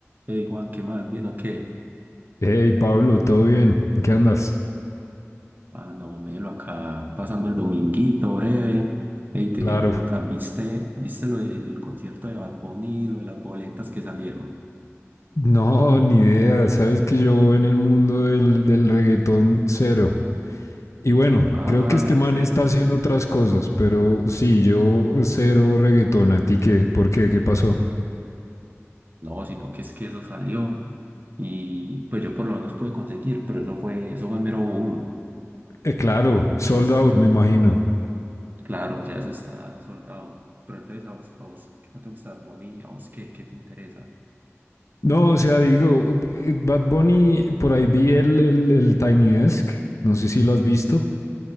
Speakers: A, on the right; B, on the left.
A: Hey Juan, ¿qué más? ¿Bien o qué?
B: Hey Pablo, ¿todo bien? ¿En qué andas?
A: Ah, no, Melo, acá pasando el dominguito breve. Hey, te
B: Claro.
A: quería preguntar, ¿viste, viste lo del concierto de Bad Bunny, lo de las boletas que salieron?
B: No, ni idea. Sabes que yo en el mundo del, del reggaetón cero. Y bueno,
A: Ah,
B: creo que este
A: ¿en
B: man
A: serio?
B: está haciendo otras cosas, pero sí, yo cero reggaetón. ¿A ti qué? ¿Por qué? ¿Qué pasó?
A: No, sino que es que eso salió. Y pues yo por lo menos pude conseguir, pero eso fue, eso fue mero boom.
B: Eh, claro,
A: Entonces,
B: sold out, me imagino.
A: claro, ya eso está soldado. Pero entonces, ¿a vos, a vos qué no te gusta Bad Bunny? ¿A vos qué, qué te interesa?
B: No, o sea, digo, eh, Bad Bunny, por ahí vi el, el, el Tiny Desk, no sé si lo has visto,